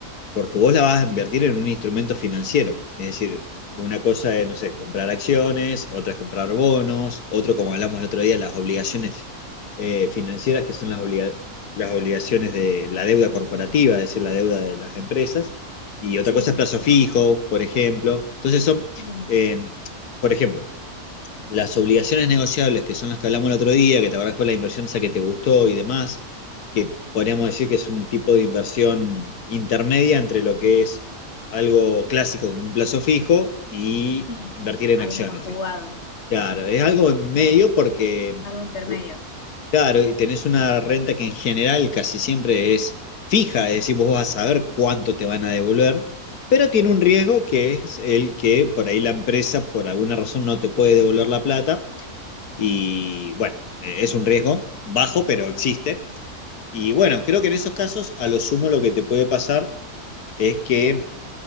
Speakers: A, on the left; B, on the left.
A: porque vos la vas a invertir en un instrumento financiero. Es decir, una cosa es, no sé, comprar acciones, otra es comprar bonos, otro, como hablamos el otro día, las obligaciones eh, financieras, que son las, obliga- las obligaciones de la deuda corporativa, es decir, la deuda de las empresas, y otra
B: Sí,
A: cosa es
B: me
A: plazo
B: acuerdo.
A: fijo, por ejemplo. Entonces son,
B: Bien,
A: eh, por ejemplo, las obligaciones negociables, que son las que hablamos el otro día, que te acordás que fue la inversión esa que te gustó y demás, que podríamos decir que es un tipo de inversión intermedia entre lo que es algo clásico como un plazo fijo y
B: sí.
A: invertir en
B: Algo
A: acciones.
B: más jugado,
A: ¿sí? Claro, es algo en medio
B: claro.
A: porque,
B: Algo intermedio,
A: u- claro, y tenés una renta que en general casi siempre es fija, es decir, vos vas a saber cuánto te van a devolver, pero tiene un riesgo que es el que por ahí la empresa por alguna razón no te puede devolver la plata y bueno, eh, es un riesgo bajo, pero existe. Y bueno, creo que en esos casos, a lo sumo, lo que te puede pasar es que